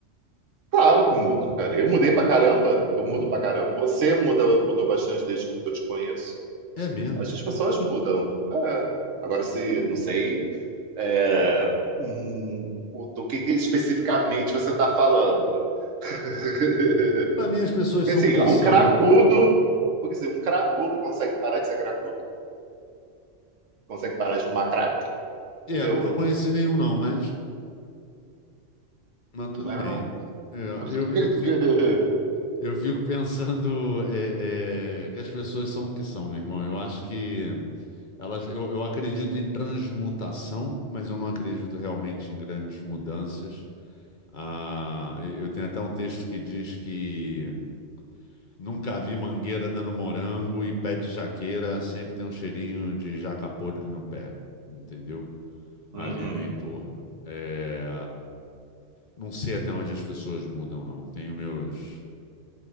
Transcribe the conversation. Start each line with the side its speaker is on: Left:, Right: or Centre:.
Right: Claro que mudam, cara. Eu mudei pra caramba. Eu
Left: Hum,
Right: mudo pra caramba. Você muda, mudou bastante desde que eu te conheço.
Left: é mesmo?
Right: Acho que as pessoas mudam. É. Agora,
Left: Hum.
Right: se, não sei, é, hum, o- do que que especificamente você está falando. <laughs>
Left: Pra mim, as pessoas
Right: Assim,
Left: são o que
Right: um
Left: são.
Right: cracudo, porque assim, um cracudo consegue parar de ser cracudo, consegue parar de fumar crack,
Left: É,
Right: entendeu?
Left: nunca conheci nenhum, não, mas, mas tudo
Right: Well.
Left: bem. É,
Right: <laughs>
Left: eu, eu fico, eu fico pensando é, é, que as pessoas são o que são, meu irmão. Eu acho que elas, eu, eu acredito em transmutação, mas eu não acredito realmente em grandes mudanças. Ah, eu tenho até um texto que diz que nunca vi mangueira dando morango e pé de jaqueira sempre tem um cheirinho de jaca podre no pé, entendeu? Ali
Right: Uhum.
Left: no entorno. É, não sei até onde as pessoas mudam, não. Tenho meus,